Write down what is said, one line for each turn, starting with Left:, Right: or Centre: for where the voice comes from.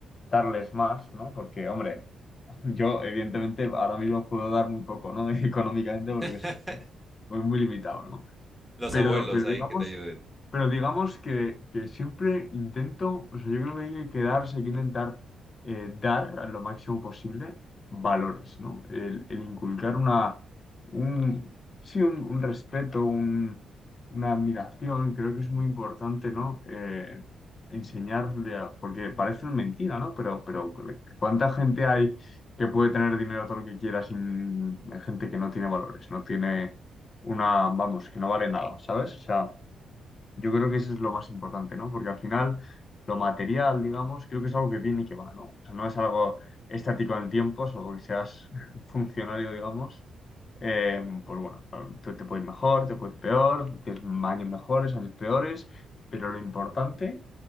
Left: darles más, ¿no? Porque, hombre, <laughs> yo evidentemente ahora mismo puedo dar muy poco, ¿no? <laughs> Económicamente porque
Centre: <laughs>
Left: es- soy muy limitado, ¿no?
Centre: Los
Left: Pero,
Centre: abuelos
Left: pero
Centre: ahí
Left: digamos
Centre: que te ayuden.
Left: pero digamos que, que siempre intento, o sea, yo creo que hay que quedarse, hay que intentar eh, dar a lo máximo posible valores, ¿no? El, el inculcar una, un, sí, un, un respeto, un, una admiración, creo que es muy importante, ¿no? Eh, enseñarle a, porque parece una mentira, ¿no? Pero, pero ¿cuánta gente hay que puede tener dinero todo lo que quiera sin hay gente que no tiene valores, no tiene una, vamos, que no vale nada, ¿sabes? O sea, yo creo que eso es lo más importante, ¿no? Porque al final, lo material, digamos, creo que es algo que viene y que va, ¿no? O sea, no es algo estático en el tiempo, salvo que seas <laughs> funcionario, digamos. Eh, pues bueno, no, te, te puede ir mejor, te puede ir peor, tienes años mejores, años peores, pero lo importante